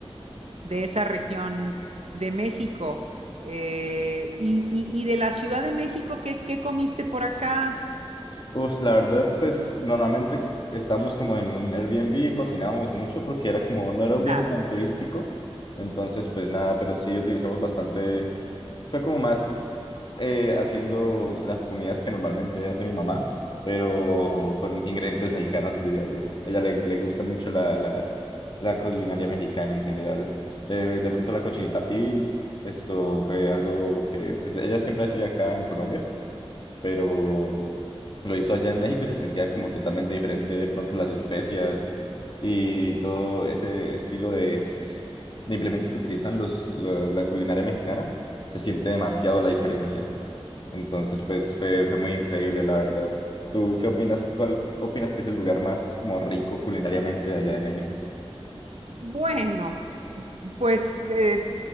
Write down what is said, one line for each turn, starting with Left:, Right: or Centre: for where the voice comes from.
Right: de esa región de México. Eh, y, y- y de la Ciudad de México, ¿qué, qué comiste por acá?
Left: Pues la verdad, pues normalmente estábamos como en un Airbnb y cocinábamos mucho porque era como, no era un viaje
Right: Claro.
Left: tan turístico, entonces pues nada, pero sí utilizamos bastante fue como más eh, haciendo las comidas que normalmente hace mi mamá, pero con ingredientes mexicanos, diría yo. A ella le, le gusta mucho la, la, la culinaria mexicana en general. Eh, de pronto la cochinita pibil, esto fue algo que pues, ella siempre hacía acá en Colombia, pero lo hizo allá en México y se sentía como totalmente diferente de pronto las especias y todo ese estilo de, de implementos que utilizan los, lo- la culinaria mexicana, se siente demasiado la diferencia. Entonces, pues fue, fue muy increíble, la verdad. ¿Tú qué opinas? ¿Cuál opinas que es el lugar más como rico culinariamente de allá de México?
Right: Bueno, pues eh,